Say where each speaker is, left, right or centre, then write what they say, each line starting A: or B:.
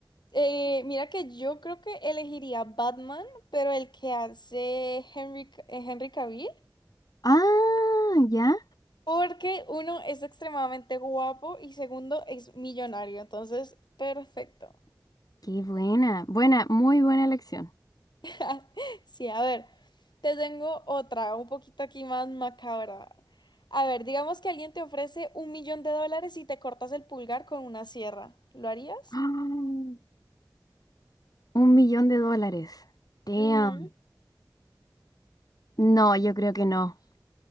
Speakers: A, on the left; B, on the left.
A: Eh, mira que yo creo que elegiría Batman, pero el que hace Henry, C- eh, Henry Cavill.
B: Ah, ya.
A: Porque uno es extremadamente guapo y segundo es millonario, entonces perfecto.
B: Qué buena. Buena, muy buena elección. <gasps>
A: <laughs> Sí, a ver, te tengo otra, un poquito aquí más macabra. A ver, digamos que alguien te ofrece un millón de dólares y te cortas el pulgar con una sierra. ¿Lo harías?
B: Ah, Un millón de dólares. Damn.
A: Ujú.
B: No, yo creo que no.